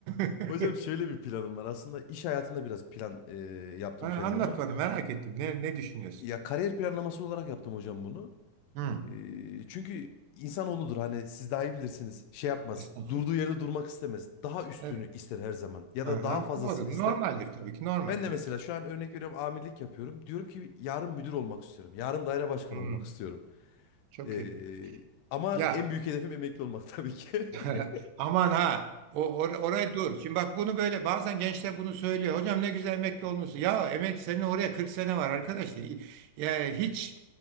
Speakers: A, on the right; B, on the left.
A: <laughs>
B: Hocam şöyle bir planım var. Aslında iş hayatında biraz plan e, yaptım
A: Ha,
B: kendimi.
A: Anlat bana merak ettim. Ne, ne düşünüyorsun?
B: Ya kariyer planlaması olarak yaptım hocam bunu.
A: Hmm.
B: E, çünkü insanoğludur hani siz daha iyi bilirsiniz. Şey yapmaz.
A: Estağfurullah.
B: Durduğu yerde durmak istemez. Daha üstünü
A: Evet.
B: ister her zaman. Ya
A: Aha.
B: da daha fazlasını
A: Doğru.
B: ister.
A: Normaldir tabii ki. Normal
B: Ben
A: tabii
B: de mesela
A: ki.
B: şu an örnek veriyorum amirlik yapıyorum. Diyorum ki yarın müdür olmak istiyorum. Yarın daire başkanı
A: Hmm.
B: olmak istiyorum.
A: Çok
B: E,
A: iyi.
B: ama
A: Ya
B: en büyük hedefim emekli olmak tabii ki.
A: <laughs>
B: <laughs>
A: Aman ha. O, or- oraya dur. Şimdi bak bunu böyle bazen gençler bunu söylüyor. Hocam ne güzel emekli olmuşsun. Ya emek senin oraya 40 sene var arkadaş. Ya hiç